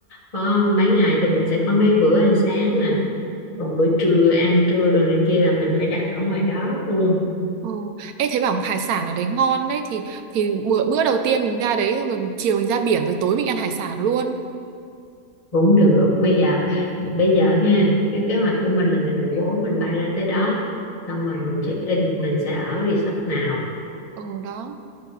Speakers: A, on the left (about 25°); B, on the right (about 85°).
A: có mấy ngày thì mình sẽ có mấy bữa ăn sáng nè còn bữa trưa ăn trưa rồi này kia là mình phải đặt ở ngoài đó luôn
B: Ừ. Ê, thấy bảo hải sản ở đấy ngon đấy thì thì bữa bữa đầu tiên mình ra đấy rồi mình chiều mình ra biển rồi tối mình ăn hải sản luôn.
A: cũng được bây giờ bây giờ nha cái kế hoạch của mình là ngày 14 mình bay ra tới đó xong rồi mình check in mình sẽ ở resort nào
B: Ừ đó.